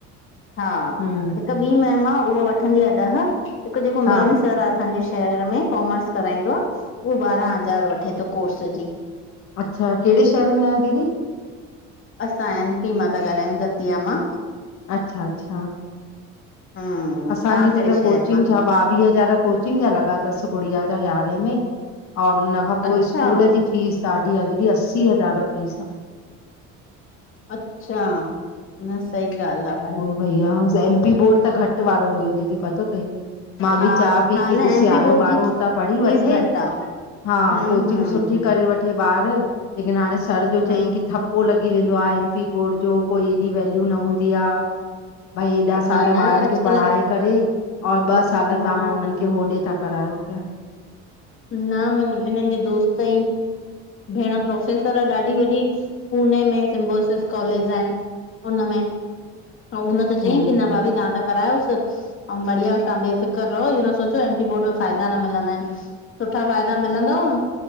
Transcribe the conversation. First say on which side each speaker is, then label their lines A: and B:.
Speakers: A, on the left (about 40°); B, on the left (about 65°).
A: हा।
B: हूं।
A: हिक ॿी मेम आह उहो वठंदी आह ॾह हिक जेको
B: हा
A: मेन सर आह असांजे शहर में कॉमर्स कराईंदो आ उहो ॿारां हज़ार वठे तो कोर्स जी।
B: अच्छा केड़े शहर में आ दीदी?
A: असां एम पी मां ता ॻाल्हायूं दतिया मां।
B: अच्छा अच्छा।
A: हम्म
B: असांजी
A: तव्हां
B: हिते
A: कहिड़े
B: त
A: शहर
B: कोचिंग
A: मां
B: छा ॿावीह हज़ार कोचिंग जा लॻा तस गुड़िया जा यारें में और हुन हुन खां पो
A: अच्छा
B: स्कूल जी फीस ॾाढी आ दीदी असी हज़ार फीस आ।
A: अच्छा न सही ॻाल्ह आ भाई।
B: भइया एमपी बोर्ड त घट वारो हुयो दीदी पतो तई। मां
A: हा
B: बि चां पइ
A: हा
B: की
A: न
B: ॾिस
A: एम
B: यारों
A: पी बोर्ड
B: ॿारो
A: जी
B: हुतां पढ़ी
A: फीस
B: वठे।
A: घटि आहे
B: हा
A: हम्म
B: कोचिंग
A: हम्म
B: सुठी करे वठे ॿार लेकिन हाणे सर जो
A: हम्म
B: चईं की थप पो लॻी वेंदो आए एम पी बोर्ड जो कोई एॾी वल्यू न हूंदी आ। भई एॾा साल
A: न
B: ॿारन
A: न अॼुकल्ह
B: खे पढ़ाए करे और ॿ साल
A: न
B: तव्हां हुनन खे ओॾे ता करायो पिया।
A: न म हिनन जे दोस्त ई भेण प्रोफेसर आह ॾाढी वॾी पुणे में सिम्बोसिस कॉलेज एन। हुन में हुन त चई
B: हम्म
A: की न भाभी तव्हां त करायोस ऐं बढिया तव्हां बेफ़िक्र रहो इहो न सोचो एमपी बोर्ड में फ़ाइदा न मिलंदा एन। सुठा फ़ाइदा मिलंदव